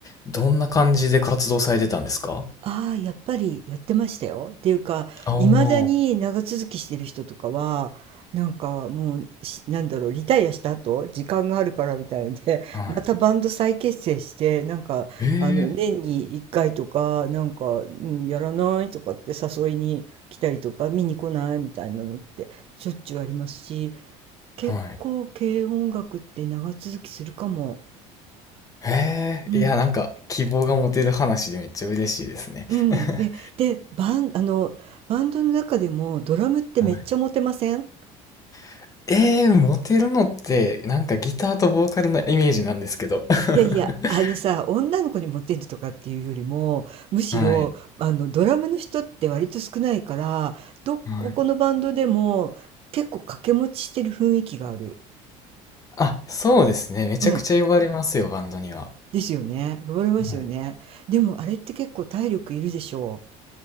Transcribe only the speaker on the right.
ああ、やっぱりやってましたよ。っていうか、
いまだに長続きしてる人とかは、なんかもう、しなんだろう、リタイアした後、時間があるからみたいので、
<laughs> またバンド再結成して、なんか、
あの、年に1回とか、なんか、うん、やらないとかって誘いに来たりとか、見に来ないみたいなのって、しょっちゅうありますし、結構、
軽音楽って長続きするかも。
うん。
うん。
で、で、バンあの、バンドの中でもドラムってめっちゃモテません？
いやいや、あのさ、女の子にモテるとかっていうよりも、むしろ、
あの、ドラムの人って割と少ないから、どここのバンドでも結構掛け持ちしてる雰囲気がある。
うん。
ですよね。呼ばれますよね。
でもあれって結構体力いるでしょ